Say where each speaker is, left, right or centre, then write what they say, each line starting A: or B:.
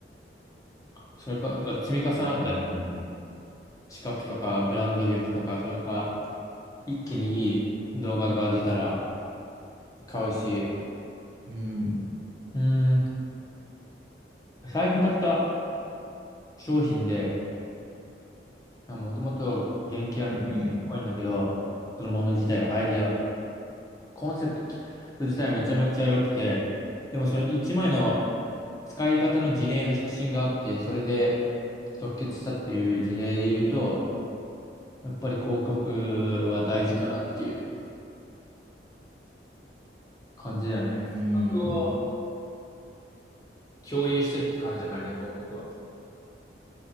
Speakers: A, on the left; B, on the right.
A: それか、積み重なった
B: うんうん
A: 知覚とか、ブランド力とか、それか、一気にいい動画が出たら買うし、
B: うん。うん、
A: うーん。最近買った商品で、もともと原型はめちゃめちゃかっこいいんだけど、
B: うん、
A: そのもの自体はアイディア、コンセプト自体はめちゃめちゃ良くて、でもその1枚の使い方の事例の写真があって、それで即決したっていう事例で言うと、やっぱり広告は大事かなっていう感じだね。
B: うん、う
A: 企画を
B: ん、
A: 共有してるって感じだからね、広告は。